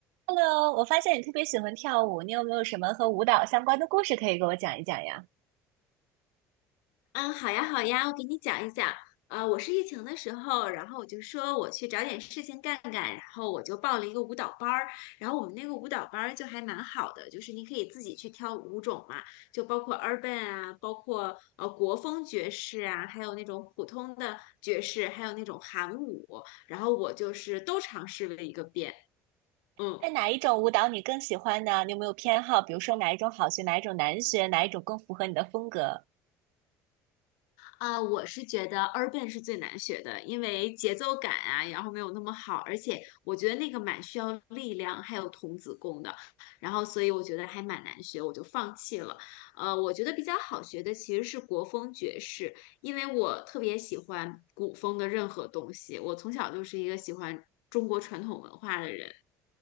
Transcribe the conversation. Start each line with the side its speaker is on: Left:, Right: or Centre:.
Right: Hello，我发现你特别喜欢跳舞，你有没有什么和舞蹈相关的故事可以给我讲一讲呀？
Left: 嗯，好呀，好呀，我给你讲一讲。呃，我是疫情的时候，然后我就说我去找点事情干干，然后我就报了一个舞蹈班儿。然后我们那个舞蹈班儿就还蛮好的，就是你可以自己去挑舞种嘛，就包括 urban 啊，包括呃国风爵士啊，还有那种普通的爵士，还有那种韩舞。然后我就是都尝试了一个遍。嗯。
Right: 哎，哪一种舞蹈你更喜欢呢？你有没有偏好？比如说哪一种好学，哪一种难学，哪一种更符合你的风格？
Left: 啊，我是觉得 urban 是最难学的，因为节奏感啊，然后没有那么好，而且我觉得那个蛮需要力量，还有童子功的，然后所以我觉得还蛮难学，我就放弃了。呃，我觉得比较好学的其实是国风爵士，因为我特别喜欢古风的任何东西，我从小就是一个喜欢中国传统文化的人。